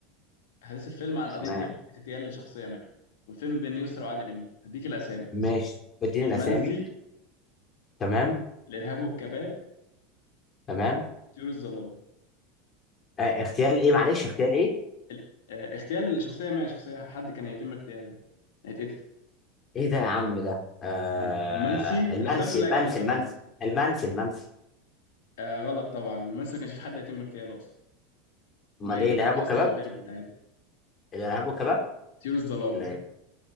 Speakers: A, on the left; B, on the left.
A: أحداث الفيلم عن قضية
B: تمام
A: اغتيال لشخصية ما والفيلم بين يسرا وعادل إمام هديك الأسامي
B: ماشي اديني
A: المنسي
B: الاسامي تمام
A: الإرهاب والكباب
B: تمام
A: طيور الظلام
B: آه اغتيال ايه معلش اغتيال ايه
A: ال... آه، اغتيال لشخصية ما شخصية حد كان هيتم اغتياله يعني. هيتقتل
B: ايه ده يا عم ده آه
A: هي- المنسي الأفلام
B: المنسي
A: كلها
B: المنسي
A: جامدة بأمان
B: المنسي المنسي المنسي
A: آه غلط طبعا المنسي ما كانش في حد هيتم اغتياله أصلا
B: امال
A: هما إيه
B: ايه
A: كانت
B: الارهاب
A: رقاصة
B: والكباب
A: وهربت عادي
B: الارهاب والكباب
A: طيور الظلام
B: لا إيه؟